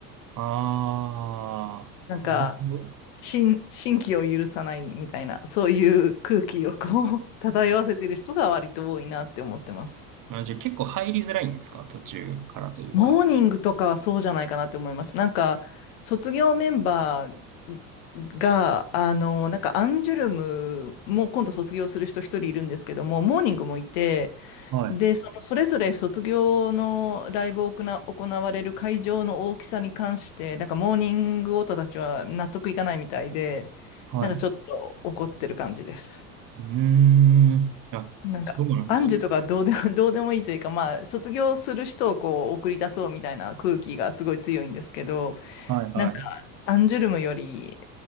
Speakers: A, on the right; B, on the left.
A: あー。
B: なんか、新、新規を許さないみたいな、そういう空気をこう、漂わせてる人が割と多いなって思ってます。
A: あ、じゃあ結構入りづらいんですか途中からというか。
B: モーニングとかはそうじゃないかなと思います。なんか、卒業メンバーが、あの、なんかアンジュルムも今度卒業する人一人いるんですけども、モーニングもいて、
A: はい。
B: で、そのそれぞれ卒業のライブを行な行われる会場の大きさに関して、なんかモーニングオタたちは納得いかないみたいで、
A: はい。
B: なんかちょっと怒ってる感じです。
A: うーん。あ、
B: なんか、
A: そうなんだ。
B: アンジュとかどうでも、<laughs> どうでもいいというか、まあ、卒業する人をこう、送り出そうみたいな空気がすごい強いんですけど、
A: はいはい。
B: なんか、アンジュルムより、